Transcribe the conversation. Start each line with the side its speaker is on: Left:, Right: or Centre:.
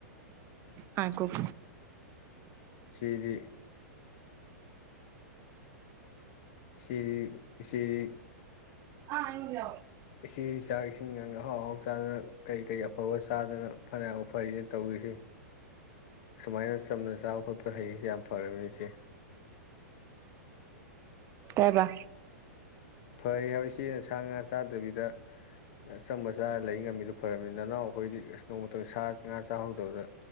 Right: ꯍꯥꯏꯒꯣꯛ
Left: ꯁꯤꯗꯤ ꯁꯤꯔꯤ ꯁꯤꯔꯤ
Right: ꯑ ꯏꯣ
Left: ꯏꯆꯦ ꯆꯥꯛ ꯏꯁꯤꯡ ꯌꯥꯝꯪ ꯑꯍꯥꯎ ꯑꯍꯥꯎ ꯆꯥꯗꯅ ꯀꯔꯤ ꯀꯔꯤ ꯑꯐꯕ ꯆꯥꯗꯅ ꯐꯅꯕ ꯐꯩꯌꯦ ꯇꯧꯔꯤꯈꯤ ꯑꯁꯨꯃꯥꯏꯅ ꯆꯝꯅ ꯆꯥꯕ ꯈꯣꯠꯄ ꯍꯩꯁꯦ ꯌꯥꯝ ꯐꯔꯕꯅꯤꯁꯦ
Right: ꯍꯥꯏꯥꯏꯕ
Left: ꯐꯔꯤ ꯍꯥꯏꯣꯏ ꯁꯤꯅ ꯁꯥ ꯉꯥ ꯆꯥꯗꯕꯤꯗ ꯑꯆꯪꯝꯕ ꯆꯥꯔ ꯂꯩ ꯉꯝꯃꯤꯗꯨꯣ ꯐꯔꯝꯃꯤ ꯅꯅꯥꯎ ꯑꯩꯈꯣꯏꯗꯤ ꯑꯁ ꯅꯣꯡꯃꯇꯣꯡ ꯁꯥ ꯉꯥ ꯆꯥꯍꯧꯗꯕꯗ